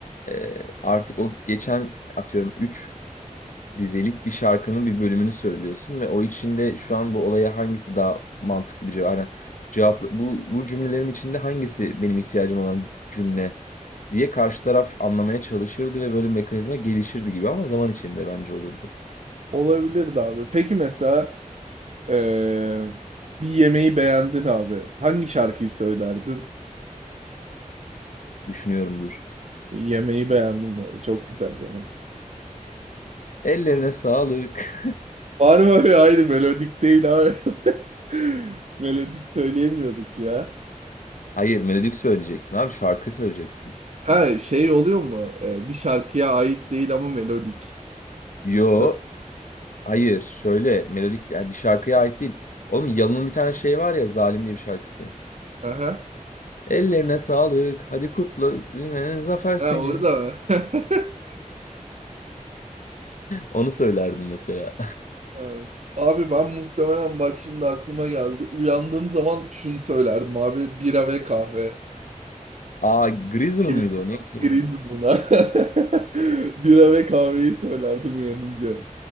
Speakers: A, on the left; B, on the right.
A: E, artık o geçen atıyorum üç dizelik bir şarkının bir bölümünü söylüyorsun ve o içinde şu an bu olaya hangisi daha mantıklı bir cevap? Yani cevap bu bu cümlelerin içinde hangisi benim ihtiyacım olan cümle diye karşı taraf anlamaya çalışırdı ve böyle bir mekanizma gelişirdi gibi ama zaman içinde bence olurdu.
B: Olabilirdi abi. Peki mesela e, bir yemeği beğendin abi. Hangi şarkıyı söylerdin?
A: Düşünüyorumdur.
B: Yemeği beğendim böyle. Çok güzel yemek.
A: Ellerine sağlık.
B: Var mı öyle? Aynı melodik değil abi. <laughs> Melodik söyleyemiyorduk ya.
A: <laughs> Hayır, melodik söyleyeceksin abi, şarkı söyleyeceksin.
B: Ha şey oluyor mu? Ee, bir şarkıya ait değil ama melodik.
A: Yo,
B: Sa-
A: hayır. Şöyle melodik yani bir şarkıya ait değil. Oğlum Yalın'ın bir tane şey var ya Zalim diye bir şarkısı.
B: Aha.
A: Ellerine sağlık. Hadi kutla. Ee, Zafer
B: Ha
A: senin.
B: orada mı? <laughs>
A: Onu söylerdim mesela.
B: Ha. Abi ben muhtemelen bak şimdi aklıma geldi. Uyandığım zaman şunu söylerdim abi. Bira ve kahve.
A: <laughs> Aa Grizzly'ın
B: Grizzly'lar.
A: mıydı o? Ne kimindi?
B: Grizzly'lar. <laughs> Bira ve kahveyi söylerdim uyanınca.